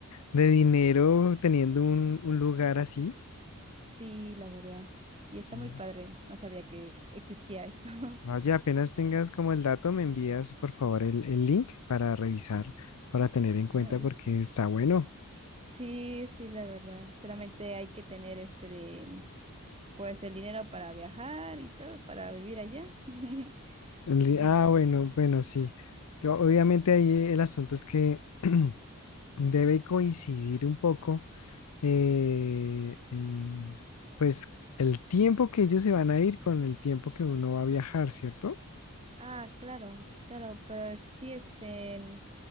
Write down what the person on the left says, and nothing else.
de dinero teniendo un, un lugar así.
Sí.
Oye, apenas tengas como el dato, me envías por favor el, el link para revisar, para tener
en cuenta
porque está bueno.
li-
Ah,
bueno, bueno, sí. Lo- Obviamente ahí el asunto es que <clears throat> debe coincidir un poco, eh, eh, pues el tiempo que ellos se van a ir con el tiempo que uno va a viajar, ¿cierto?